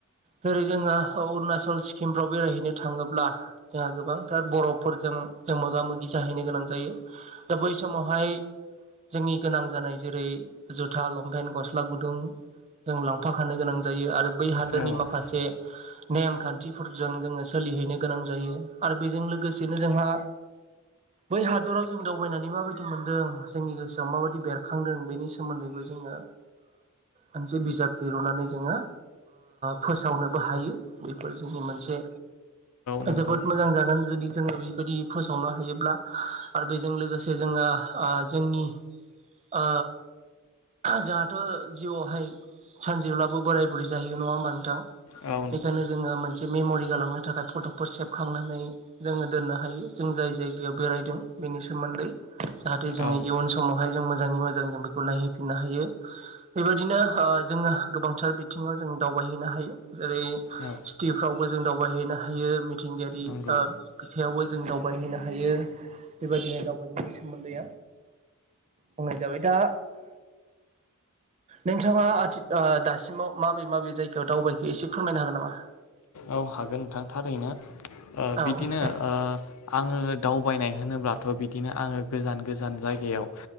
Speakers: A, on the right (about 30°); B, on the left (about 80°).
A: जेरै जोङो अरुणाचल किमफ्राव बेरायहैनो थाङोब्ला जोंहा गोबांथार बर'फोरजों जों मोगा मोगि जाहैनो गोनां जायो दा बै समावहाय जोंनि गोनां जानाय जेरै जुथा लंपेन्ट गस्ला गुदुं जों लांफााखानो गोनां जायो आरो बै हादोरनि
B: औ
A: माखासे नेम खान्थिफोरजों जोङो सोलिहैनो गोनां जायो आरो बेजों लोगोसेनो जोंहा बै हादराव जों दावबायनानै माबायदि मोनदों जोंनि गोसोआव माबायदि बेरखांदों बेनि सोमोन्दैबो जोङो मोनसे बिजाब दिरुननानै जोङो फोसावनोबो हायो बेफोर जोंनि मोनसे
B: नंगौ
A: जोबोद मोजां जागोन जुदि जोङो बे जुदि फोसावनो हायोब्ला आरो बेजों लोगोसे जोङो जोंनि ओ जोंहाथ' जिउआवहाय सानसेेब्लाबो बोराय बुरै जाहैयो नङा होमबा नोंथाङां
B: औ
A: बेखायनो जोङो मोनसे मेम'रि गालांनो थाखाय फट'फोर सेबखांनानै जोङो दोननो हायो जों जाय जायगायाव बेरायदों बेनि सोमोन्दै जाहाथे जोङो
B: औ
A: इयुन समावहाय जों मोजाङै मोजां जों बेखौ नायहैफिननो हायो बेबायदिनो जोङो गोबांथार बिथिङाव जों दावबायहैनो हायो जेरै
B: औ
A: सिटिफ्रावबो जों दावबायहैनो हायो मिथिंगायारि
B: नंगौ
A: बिथायाइावबो जों दावबायहैनो हायो बेबायदिनो दावबायनायनि सोमोन्दैआ बुंनाय जाबाय दा नोंथाङा आथि दासिमाव माबे माबे जायगायाव दावबायखो एसे फोरमायनो हागोन नामा
B: औ हागोन नोंथां थारैनो
A: औ
B: बिदिनो आङो दावबायनाय होनोब्लाथ' बिदिनो आङो गोजान गोजान जायगायाव